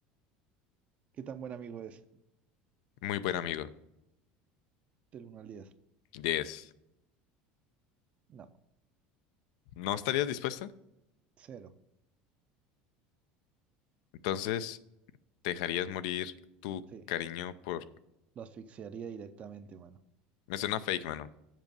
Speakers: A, on the right; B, on the left.
A: ¿Qué tan buen amigo es?
B: Muy buen amigo.
A: Del uno al diez
B: diez
A: No,
B: ¿No estarías dispuesta?
A: cero.
B: Entonces, ¿te dejarías morir tu
A: Sí.
B: cariño por...
A: Lo asfixiaría directamente, mano.
B: Me suena fake, mano.